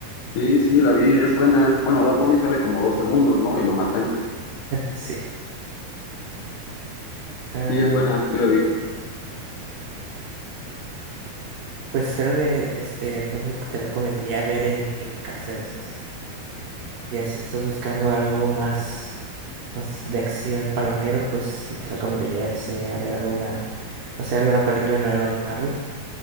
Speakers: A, on the left; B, on the right.
A: Sí, sí, la vi, es buena. Bueno, Bad Bunny sale como dos segundos, ¿no? Y lo matan.
B: Sí. Ah,
A: Sí, es buena, sí la vi.
B: pues creo que este son las que te recomendaría ver en, en casa esas. Ya si estás buscando algo más, más de acción palomero, pues sí te recomendaría ir al cine a ver alguna, o sea, alguna película nueva de Marvel.